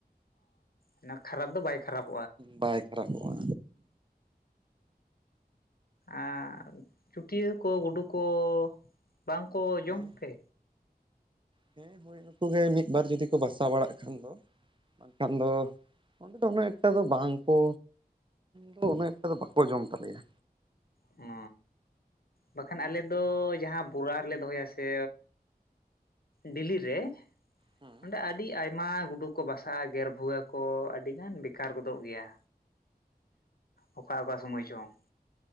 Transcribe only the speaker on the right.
ᱵᱟᱭ ᱠᱷᱟᱨᱟᱵᱚᱜᱼᱟ
ᱦᱮᱸ
ᱦᱮᱸ ᱦᱳᱭ ᱱᱩᱠᱩᱩᱜᱮ ᱢᱤᱫ ᱵᱟᱨ ᱡᱩᱫᱤ ᱠᱚ ᱵᱟᱥᱟ ᱵᱟᱲᱟᱜ ᱠᱷᱟᱱ ᱫᱚ ᱵᱟᱝᱠᱷᱟᱱ ᱫᱚ ᱚᱸᱰᱮ ᱫᱚ ᱩᱱᱟᱹᱜ ᱮᱠᱴᱟ ᱫᱚ ᱵᱟᱝ ᱠᱚ ᱫᱚ ᱩᱱᱟᱹᱜ ᱮᱠᱴᱟ ᱫᱚ ᱵᱟᱠᱚ ᱡᱚᱢ ᱛᱟᱞᱮᱭᱟ᱾
ᱦᱮᱸ